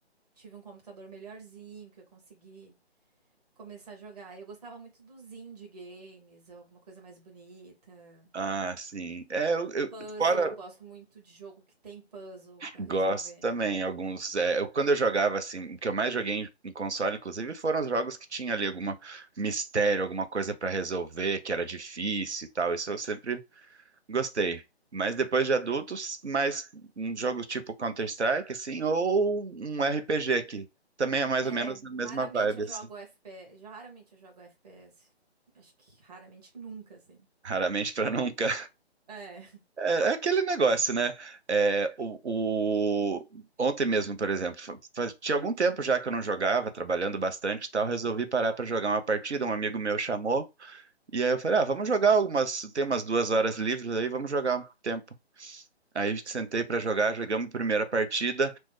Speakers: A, on the right; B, on the right.
A: tive um computador melhorzinho, que eu consegui começar a jogar. Eu gostava muito dos indie games, alguma coisa mais bonita.
B: Ah, sim. É, eu, eu-
A: Puzzle,
B: fora
A: gosto muito de jogo que tem puzzle pra
B: gosto
A: resolver.
B: também alguns. é, eu, quando eu jogava assim, o que eu mais joguei em, em console, inclusive, foram os jogos que tinha ali alguma mistério, alguma coisa pra resolver, que era difícil e tal. Isso eu sempre gostei. Mas depois de adultos, mais um jogo tipo Counter-Strike, assim, ou um RPG que também é mais ou
A: É,
B: menos a mesma
A: raramente
B: vibe,
A: eu jogo
B: assim.
A: FPS. Raramente eu jogo FPS. Acho que raramente nunca, assim.
B: Raramente pra nunca.
A: É.
B: É é aquele negócio, né? É, o, o- Ontem mesmo, por exemplo, fa- fa- tinha algum tempo já que eu não jogava, trabalhando bastante e tal, resolvi parar para jogar uma partida. Um amigo meu chamou, e aí eu falei: Ah, vamos jogar algumas. Tem umas duas horas livres aí, vamos jogar um tempo. Aí eu sentei pra jogar, jogamos a primeira partida.